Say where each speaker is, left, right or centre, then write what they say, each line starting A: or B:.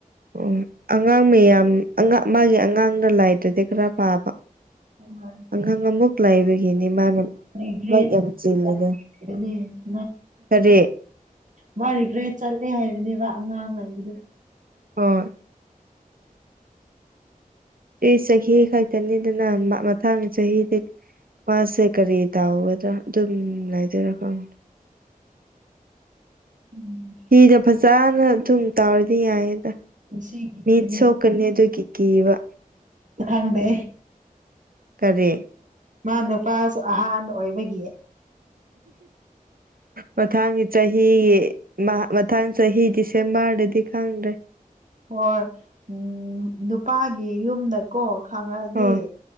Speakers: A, on the right; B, on the right.
A: ꯑꯣ ꯑꯉꯥꯡ ꯃꯌꯥꯝ ꯑꯉꯥꯡ ꯃꯥꯒꯤ ꯑꯉꯥꯡꯅ ꯂꯥꯏꯇ꯭ꯔꯔꯗꯤ ꯈꯔ ꯐꯕ
B: <inaudible>
A: <unintelligible> ꯑꯃꯨꯛ ꯂꯥꯏꯕꯒꯤꯅꯤ ꯃꯥꯅ
B: <unintelligible>
A: ꯊꯕꯛ ꯌꯥꯝ ꯆꯤꯜꯂꯤꯗꯣ ꯀꯔꯤ
B: ꯃꯥ ꯔꯤꯒ꯭ꯔꯦꯠ ꯆꯠꯂꯦ ꯍꯥꯏꯕꯅꯦꯕ ꯑꯉꯥꯡ ꯂꯩ
A: ꯍꯣꯢ ꯑꯩ ꯆꯍꯤ ꯈꯛꯇꯅꯤꯗꯅ ꯃꯊꯪ ꯆꯍꯤꯗꯤ꯫ ꯃꯥꯁꯦ ꯀꯔꯤ ꯇꯥꯎꯒꯗ꯭ꯔꯥ ꯑꯗꯨꯝ ꯂꯩꯗꯣꯏꯔꯥ ꯈꯪ꯫
B: ꯎꯝ꯫
A: ꯍꯤꯗꯣ ꯐꯥꯖꯅ ꯊꯨꯝ꯫ ꯇꯥꯔꯗꯤ ꯌꯥꯏꯌꯦꯗ
B: ꯉꯁꯤꯒꯤ
A: ꯃꯤꯠ
B: ꯆꯍꯤ
A: ꯁꯣꯛꯀꯅꯤ ꯑꯗꯨꯒꯤ ꯀꯤꯕ꯫
B: ꯈꯪꯗꯦ
A: ꯀꯔꯤ
B: ꯃꯥ ꯅꯨꯄꯥꯁꯨ ꯑꯍꯥꯟꯕ ꯑꯣꯏꯕꯒꯤ
A: ꯃꯊꯪꯒꯤ ꯆꯍꯤ ꯃꯥ ꯃꯊꯪ ꯆꯍꯤ ꯗꯤꯁꯦꯝꯕꯔꯗꯗꯤ ꯈꯪꯗ꯭ꯔꯦ꯫
B: ꯍꯣꯏ ꯎꯝ ꯅꯨꯄꯥꯒꯤ ꯌꯨꯝꯗ꯫ ꯀꯣ ꯈꯪꯉꯛꯑꯗꯤ
A: ꯍꯣꯏ